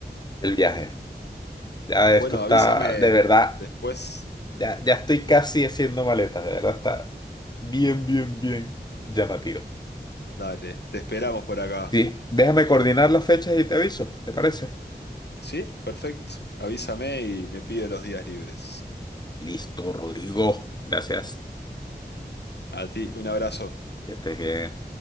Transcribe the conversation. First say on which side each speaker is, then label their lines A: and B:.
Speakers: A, on the left (about 25°); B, on the left (about 80°).
A: el viaje. Ya
B: Bueno,
A: esto está,
B: avísame
A: de verdad,
B: después.
A: ya, ya estoy casi haciendo maletas, de verdad está bien, bien, bien llamativo.
B: Dale, te esperamos por acá.
A: Sí, déjame coordinar las fechas y te aviso, ¿te parece?
B: Sí, perfecto. Avísame y me pido los días libres.
A: Listo, Rodrigo. Gracias.
B: A ti, un abrazo.
A: Que estés bien.